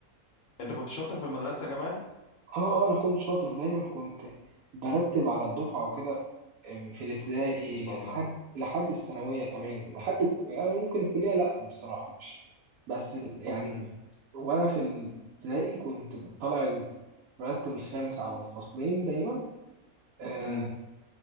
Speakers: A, on the left; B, on the right.
A: أنت كنت شاطر في المدرسة يا جمال؟
B: اه اه انا كنت شاطر دايما كنت برتب على الدفعة وكده في الابتدائي
A: ما شاء
B: لحد
A: الله
B: لحد الثانوية كمان ولحد كو- يعني ممكن الكلية لأ بصراحة مش بس ال- يعني
A: امم
B: وأنا في الابتدائي كنت طالع المرتب الخامس على الفصلين دايما آه،
A: امم